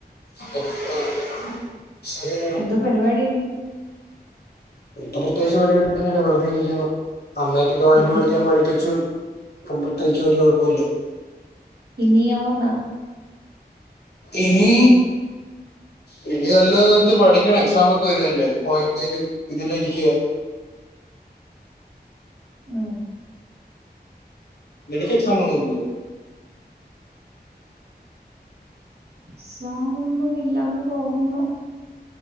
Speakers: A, on the left; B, on the right.
A: <unintelligible> ശരിന്നാ
B: എന്തോ പരിപാടി ഇനി
A: ഇപ്പൊ പ്രത്യേകിച്ച് പരിപാടിന്നുല്ല വെറുതെ ഇരിക്കുന്നു അമ്മയ്ക്കൊക്കെ വണ്ടി
B: ഇനി
A: ഓടിക്കാൻ പഠിപ്പിച്ചു ഇപ്പം പ്രത്യേകിുച്ച് ഒരു കുഴപ്പ വുല്ല
B: ഇനിയോ ന്ന്
A: ഇനി ഡിഗ്രി വല്ലോട്ത്തുംപഠിക്കണം എക്സമ ഒക്കെ വരുല്ലേ പോയിക്ക്ണ് ഇതില് രിക്കുവ
B: ആ
A: നിനക്ക്‌ എ <unintelligible>
B: ക്സമൊന്നും ഇല്ലന്ന് തോന്നുന്നു